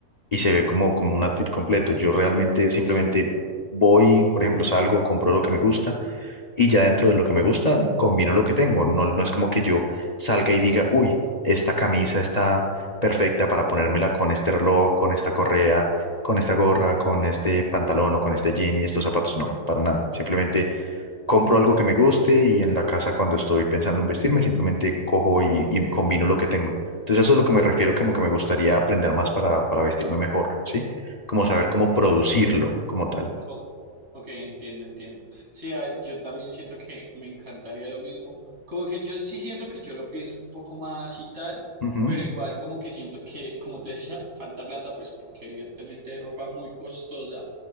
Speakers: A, on the left; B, on the right.
A: y se ve como, como un outfit completo. Yo realmente simplemente
B: sí,
A: voy, por ejemplo, salgo, compro lo que me gusta y ya dentro de lo que me gusta, combino lo que tengo. No, no es como que yo salga y diga, uy, esta camisa está perfecta para ponérmela con este reloj, con esta correa, con esta gorra, con este pantalón o con este jean y estos zapatos. No, para nada. Simplemente compro algo que me guste y en la casa cuando estoy pensando en vestirme, simplemente cojo y, y combino lo que tengo. Entonces eso es lo que me refiero, como que me gustaría aprender más para, para vestirme mejor, ¿sí? Como
B: claro.
A: saber cómo producirlo como tal.
B: O- Ok, entiendo, entiendo. Sí, ah, yo también siento que me encantaría lo mismo. Como que yo sí siento que yo lo pienso un poco más y tal,
A: Ujú.
B: pero igual como que siento que, como te decía, <laughs> falta plata, pues porque evidentemente hay ropa muy costosa,